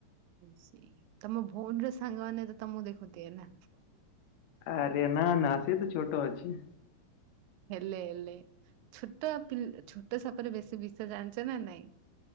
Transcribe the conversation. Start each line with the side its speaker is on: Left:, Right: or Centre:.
Right: ସେଇ ତମ ଭଉଣୀର ସାଙ୍ଗମାନେ ତ ତମକୁ ଦେଖୁଥିଏ ନା।
Left: ଆରେ ନା ନା ସେ ତୁ ଛୋଟ ଅଛି।
Right: ହେଲେ ହେଲେ ଛୋଟ ପିଲ୍ ଛୋଟ ସାପର ବେଶୀ ବିଷ ଜାଣିଚ ନା ନାଇଁ।